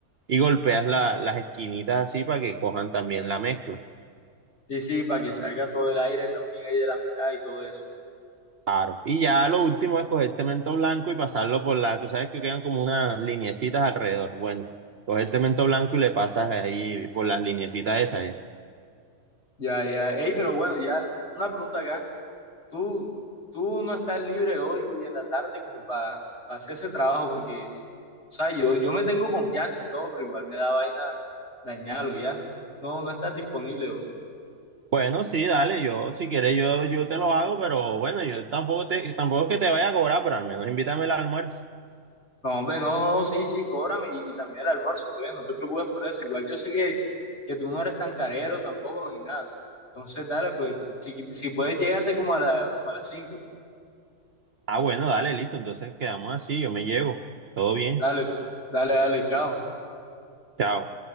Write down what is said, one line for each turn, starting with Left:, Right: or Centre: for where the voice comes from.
Right: Y golpeas la- las esquinitas así para que cojan también la mezcla.
Left: Sí, sí, para que salga todo el aire también ahí de la mitad y todo eso.
Right: Claro. Y ya lo último es coger cemento blanco y pasarlo por la, tú sabes que quedan como unas lineecitas alrededor. Bueno, coger cemento blanco y le pasas ahí por las lineecitas esas. ya.
Left: Ya, ya. Ey, pero bueno, ya una pregunta acá. ¿Tú, tú no estás libre hoy en la tarde como para, hacer ese trabajo? Porque O sea, yo, yo me tengo confianza y todo, pero igual me da vaina dañarlo ya. No, no estás disponible hoy.
Right: Bueno, sí, dale, yo, si quieres, yo, yo te lo hago, pero bueno, yo tampoco te, tampoco es que te vaya a cobrar, pero al menos invítame al almuerzo.
Left: No, hombre, no, no, sí, sí, cóbrame y, y también el almuerzo, todavía no te preocupes por eso. Igual yo sé que, que tú no eres tan carero tampoco ni nada. Entonces, dale, pues, si, si puedes, llégate como a la, como a las 5.
Right: Ah, bueno, dale, listo, entonces quedamos así, yo me llevo. Todo bien.
Left: Dale, pues, dale, dale, chao.
Right: Chao.